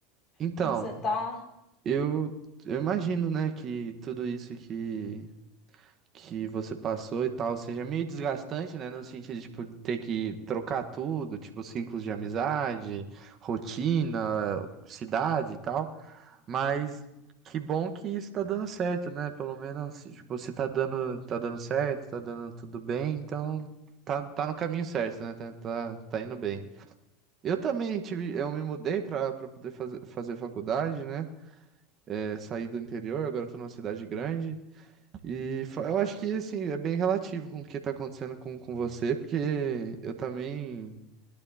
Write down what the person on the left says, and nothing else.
Como você tá?